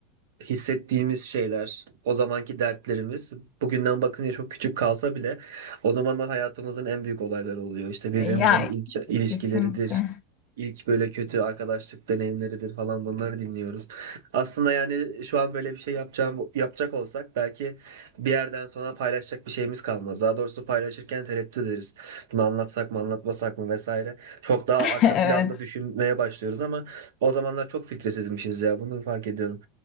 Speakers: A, on the right; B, on the left.
A: hissettiğimiz şeyler, o zamanki dertlerimiz bugünden bakınca çok küçük kalsa bile o zamanlar hayatımızın en büyük olayları oluyor. İşte birbirimizin
B: E, Ya
A: ilk ilişkileridir,
B: kesinlikle.
A: ilk böyle kötü arkadaşlık deneyimleridir falan bunları dinliyoruz. Aslında yani şu an böyle bir şey yapacağım yapacak olsak belki bir yerden sonra paylaşacak bir şeyimiz kalmaz. Daha doğrusu paylaşırken tereddüt ederiz. Bunu anlatsak mı, anlatmasak mı vesaire. Çok daha
B: <laughs>
A: arka
B: Evet.
A: planda düşünmeye başlıyoruz ama o zamanlar çok filtresizmişiz ya. Bunu fark ediyorum